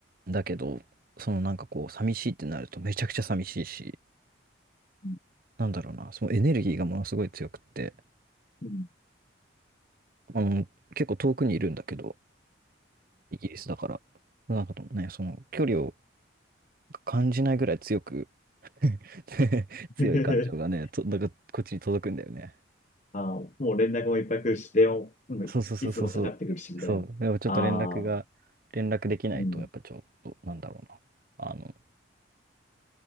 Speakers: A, on the right (about 45°); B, on the left (about 35°).
A: だけど、そのなんかこう、寂しいってなるとめちゃくちゃ寂しいし、
B: う
A: なんだろうな、そのエネルギーがものすごい強くって、
B: ん。うん
A: あの、結構遠くにいるんだけど、イギリスだから、なんかともね、その距離を感じないぐらい強く <laughs> 強い感情がね、
B: <laughs>
A: と、なんかこっちに届くんだよね。
B: ああ、もう連絡もいっぱい来るし、電話もうんいつもかかってくるし、
A: そうそうそうそうそう。そう。
B: みたいな。
A: でもちょっと連絡が、
B: ああ、
A: 連絡できないと、
B: うん。
A: やっぱちょっと、なんだろうな。あの、